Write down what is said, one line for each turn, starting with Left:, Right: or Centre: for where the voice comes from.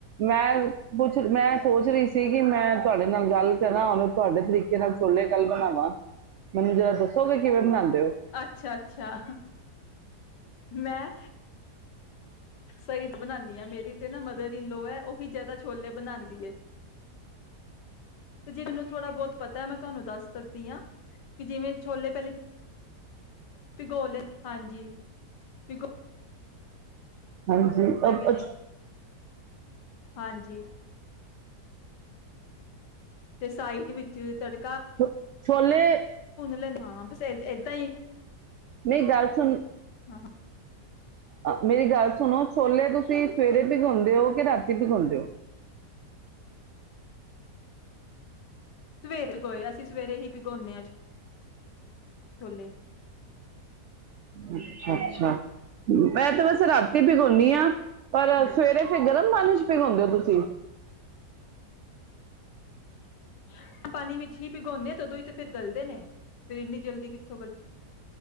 Right: ਮੈਂ ਕੁਛ ਮੈਂ ਸੋਚ ਰਹੀ ਸੀ ਸੀਗੀ ਮੈਂ ਤੁਹਾਡੇ ਮੇਰੇ ਨਾਲ ਗੱਲ ਤੇ ਨਾ ਹੁਣ ਤੁਹਾਡੇ ਤਰੀਕੇ ਨਾਲ ਛੋਲੇ ਕੱਲ ਬਣਾਵਾਂ ਮੈਨੂੰ ਜਰਾ ਦੱਸੋਗੇ ਕਿਵੇਂ ਬਣਾਉਂਦੇ ਹੋ
Left: ਅੱਛਾ ਅੱਛਾ ਮੈਂ ਸਹੀ ਬਣਾਉਦੀ ਆ, ਮੇਰੀ ਤੇ ਨਾ ਮਦਰ ਇਨ ਲੋੋ ਹੈ, ਔ ਹੀ ਜਿਆਦਾ ਛੋਲੇ ਬਣਾਉਦੀ ਹੈ, ਤੇ ਜੇ ਮੈਨੂੰ ਥੋੜਾ ਬਹੁਤ ਪਤਾ ਹੈ ਮੈਂ ਤੁਹਾਨੂੰ ਦੱਸ ਸਕਦੀ ਹਾਂ ਜਿਵੇਂ ਛੋਲੇ ਪਹਿਲੇ ਭਿਗੋਲੇ ਹਾਂਜੀ ਬਿਲਕੁਲ
Right: ਹਾਂਜੀ ਅ
Left: ਨੇ
Right: ਅੱਛ
Left: ਹਾਂਜੀ ਤੇ ਸਾਈਡ ਵਿੱਚ ਜਿਵੇੰ ਤੁਹਾਡੇ
Right: ੋ ਛੋਲੇ
Left: ਲੈਂਦੇ ਹਾਂ ਬਸ ਏਦਾਂ ਹੀ
Right: ਨਹੀਂ ਗੱਲ ਸੁਣ
Left: ਹਾਂ
Right: ਮੇਰੀ ਗੱਲ ਸੁਣੋ ਛੋਲੇ ਤੁਸੀਂ ਸਵੇਰੇ ਭਿਗਾਾਉਂਦੇ ਹੋ ਕਿ ਰਾਤੀ ਭਿਗਾਾਉਂਦੇ ਹੋ
Left: ਸਵੇਰੇ ਭਿਗੋਏ, ਅਸੀਂ ਸਵੇਰੇ ਹੀ ਭਿਗਉਦੇ ਹਾਂ ਛੋਲੇ
Right: ਅੱਛਾ, ਅੱਛਾ ਮੈਂ ਤੇ ਵੈਸੇ ਰਾਤੀ ਭਿਗੋਨੀ ਆਂ ਪਰ
Left: ਹੂੰ।
Right: ਸਵੇਰੇ ਫਿਰ ਗਰਮ ਪਾਣੀ ਚ ਭਿੱਗੋਂਦੇ ਹੋ ਤੁਸੀਂ
Left: ਹਾ ਪਾਣੀ ਵਿੱਚ ਹੀ ਭਿਗਾਉਂਦੇ ਹਾਂ ਉਦੋਂ ਹੀ ਫਿਰ ਗਲਦੇ ਨੇ ਫਿਰ ਇੰਨੀ ਜਲਦੀ ਕਿੱਥੋਂ ਗਲ